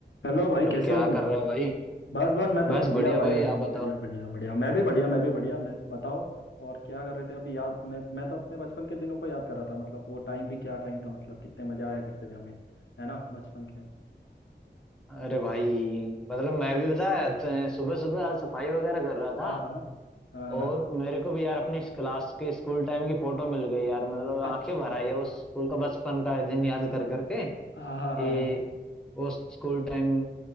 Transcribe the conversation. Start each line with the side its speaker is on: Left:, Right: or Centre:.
Left: Hello भाई
Centre: लोग
Left: कैसे
Centre: क्या
Left: हो तुम
Centre: कर रहे हो भाई
Left: बस बस मैं तो
Centre: बस
Left: बढ़िया
Centre: बढ़िया
Left: भाई
Centre: भाई
Left: बढ़िया
Centre: आप बताओ
Left: बढ़िया बढ़िया मैं भी बढ़िया मैं भी बढ़िया मैं बताओ और क्या कर रहे थे अभी याद मैं मैं तो अपने बचपन के दिनों को याद कर रहा था मतलब वो टाइम भी क्या टाइम था मतलब कितने मजा आया करते थे हमें है ना बचपन के में
Centre: अरे भाई मतलब मैं भी बताया सुबह सुबह आज सफाई वगैरह कर रहा था
Left: हाँ हाँ हाँ हाँ
Centre: और मेरे को भी यार अपनी इस क्लास की स्कूल टाइम की फोटो मिल गई यार मतलब
Left: अच्छा
Centre: आंखें भर आई है वो स्कूल का बचपन का दिन याद कर करके
Left: हाँ हाँ हाँ
Centre: ये
Left: हाँ
Centre: वो स्कूल टाइम